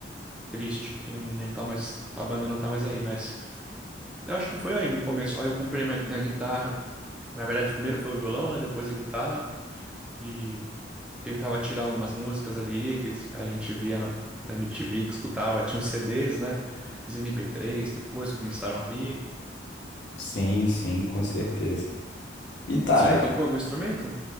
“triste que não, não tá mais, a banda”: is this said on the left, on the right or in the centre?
Centre